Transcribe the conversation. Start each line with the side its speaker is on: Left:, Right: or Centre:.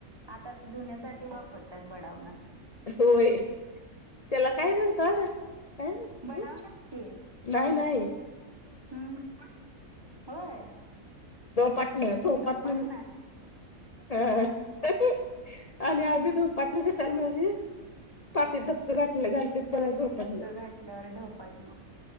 Right: आता ते धुण्यासाठी वापरत्यात बडावण
Left: होय त्याला काय म्हणतात? काय म्हणत
Right: बडावणंच
Left: तू
Right: की
Left: नाही नाही
Right: हम्म होय.
Left: धोपाटन धोपाटन
Right: ढोपाटना
Left: म्हण हं हा हा आणि आधी धोपाटण कशाला म्हणायचे पाटीत धपकं घाटलं घालत्यात त्याला
Right: पाटेत
Left: धोपाटण
Right: धक्का घातल्यावर ढोपाटना